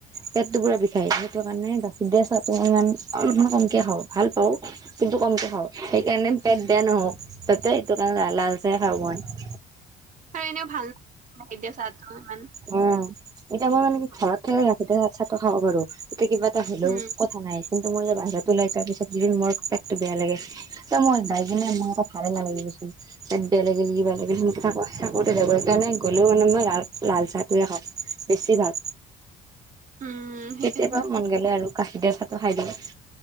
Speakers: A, on the right (about 20°); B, on the right (about 50°).
A: পেটটো পুৰা বিষাই সেইটো কাৰণে গাখীৰ দিয়া চাহটো ইমান অলপমান কমকে খাওঁ, ভাল পাওঁ। কিন্তু কমকে খাওঁ, সেইকাৰণে পেট বেয়া নহওঁক তাতে সেইটো কাৰণে লাল চাহয়ে খাওঁ মই।
B: আৰু এনেও ভাল নহয়, গাখীৰ দিয়া চাহটো ইমান।
A: উম' এতিয়া মই মানে কি ঘৰত ৰাখোতে চাহটো খাব পাৰোঁ। এতিয়া কিবা এটা হ'লেও
B: উম,
A: কথা নাই। কিন্তু মই বাহিৰত ওলাই যোৱাৰ পিছত যে মোৰ পেটতো বেয়া লাগে। ত মই যাই কিনে মই একো ভালে নালাগে দেচোন। পেট বেয়া লাগিল, কিবা লাগিল সেনেকে থাকো, সিংহা কৰোতে যাব, সেইকাৰণে গ'লেও মানে মই। লাল চাহটোয়ে খাওঁ বেছি ভাগ,
B: উম, সেইটো
A: কেতিয়াবা মন গ'লে আৰু গাখীৰ দিয়া চাহটো খাই দিয়ে।